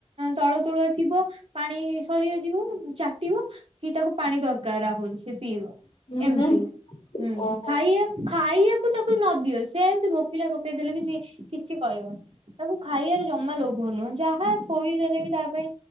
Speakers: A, on the right; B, on the left.
A: ତଳ ତୁଳଆ ଥିବ ପାଣି ସରି ଯିବ ଚାଟିବ କି ତାକୁ ପାଣି ଦରକାର ଆହୁରି ସେ ପିଇବ
B: ହୁଁ
A: ଏମତି
B: ହୁଁ
A: ହୁଁ
B: ଓହୋ
A: ଖାଇ ଖ ଖାଇବାକୁ ତାକୁ ନଦିଅ ସେ ଏମିତି ଭୋକିଲା ପକେଇ ଦେଲେ ବି ସିଏ କିଛି କହିବନି। ତାକୁ ଖାଇବାରେ ଜମା ଲୋଭ ନୁହଁ ଯାହା ଥୋଇଦଲେ ବି ତା ପାଇଁ